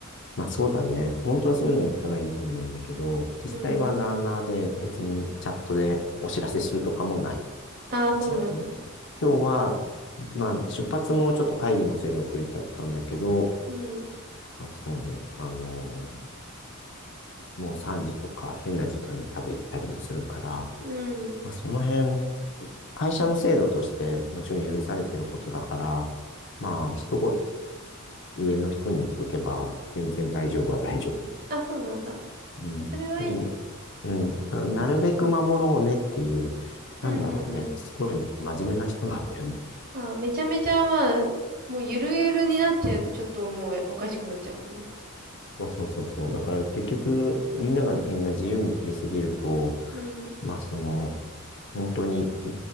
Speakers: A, on the left (about 60°); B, on the right (about 45°).
A: まあそうだね。本当はそういうのやったらいいと思うんだけど、実際はなあなあで別にチャットでお知らせするとかもない。
B: うん。ああ、そうなんだ。
A: ちなみに今日は、まあ出発もちょっと会議のせいで遅れちゃったんだけど、
B: うん。
A: まあそうね、あのーもう3時とか変な時間に食べ行ったりもするから、
B: うん。
A: まあその辺会社の制度としてもちろん許されてることだから、まあ、一言上の人に言っとけば、全然大丈夫は大丈夫。
B: あ、そうなんだ。
A: うん。
B: あそれはいいね。
A: でも、うん。ただなるべく守ろうねっていう、なんだろうね。
B: うんうん
A: すごい真面目な人なんだよね。
B: うん。ああ、めちゃめちゃまあ、もうゆるゆるになっちゃうとちょっともうおかしくなっちゃうもんね。
A: そうそうそうそう。だから結局、みんながみんな自由に取りすぎると、
B: うん。
A: まあその、本当にい